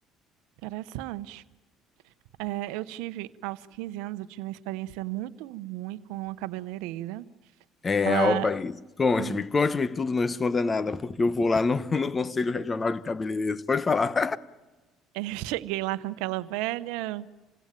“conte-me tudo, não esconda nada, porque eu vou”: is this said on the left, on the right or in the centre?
Left